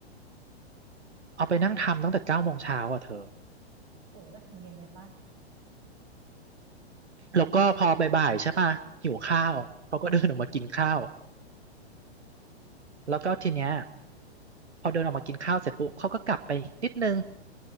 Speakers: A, on the right; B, on the right.
A: เอาไปนั่งทำตั้งแต่เก้าโมงเช้าอ่ะเธอ
B: โอ้แล้วถึงเย็นเลยปะ
A: แล้วก็พอบ่ายๆใช่ป่ะหิวข้าวเขาก็เดินออกมากินข้าวแล้วก็ทีเนี้ยพอเดินออกมากินข้าวเสร็จปุ๊บเขาก็กลับไปนิดนึง